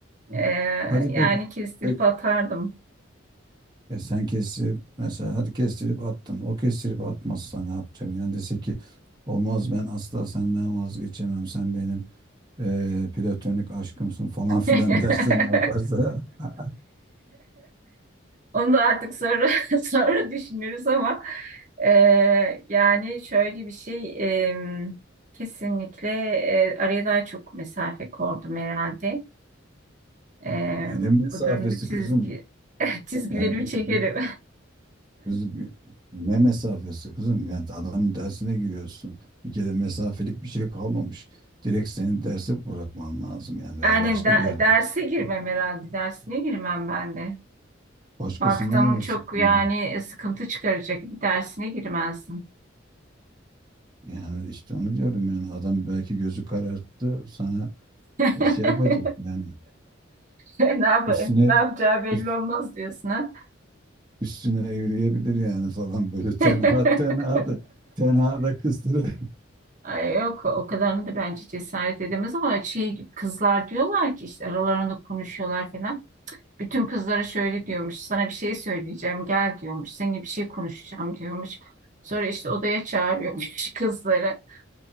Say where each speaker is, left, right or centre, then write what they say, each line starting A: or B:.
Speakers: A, on the right (about 40°); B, on the right (about 20°).
A: e,
B: Hadi
A: yani
B: peki.
A: kestirip
B: Peki.
A: atardım.
B: E sen kestirip mesela hadi kestirip attın. O kestirip atmazsa ne yapacak? Yani dese ki olmaz ben asla senden vazgeçemem. Sen benim e, platonik aşkımsın falan <laughs> filan
A: <laughs>
B: dersen ne yaparsa. <laughs>
A: Onu da artık sonra <laughs> sonra düşünürüz ama e, yani şöyle bir şey e, kesinlikle e, araya daha çok mesafe koydum herhalde. E,
B: E, Ne mesafesi
A: bu durumda çizgi
B: kızım?
A: <laughs> çizgilerimi
B: Ya gü-
A: çekerim.
B: gü- kız gü- ne mesafesi kızım? Yani adamın dersine giriyorsun. Bir kere mesafelik bir şey kalmamış. Direkt senin dersi bırakman lazım yani veya
A: Yani
B: başka
A: de-
B: bir yerde
A: derse girmem herhalde. Dersine girmem ben de.
B: başkasından
A: Baktım
B: alırsın.
A: çok
B: Yani
A: yani e, sıkıntı çıkaracak bir dersine girmezdim.
B: Yani işte onu diyorum yani adam belki gözü kararttı sana
A: <laughs>
B: e, şey yapacak yani
A: Ne yap
B: üstüne
A: ne yapacağı belli
B: üst-
A: olmaz diyorsun ha.
B: üstüne yürüyebilir yani falan böyle tenha
A: <laughs>
B: tenha da tenha da kıstırır. <laughs>
A: Ay yok o kadarını da bence cesaret edemez ama şey kızlar diyorlar ki işte aralarında konuşuyorlar falan. Bütün kızlara şöyle diyormuş sana bir şey söyleyeceğim gel diyormuş seninle bir şey konuşacağım diyormuş. Sonra işte odaya çağırıyormuş <laughs> kızları.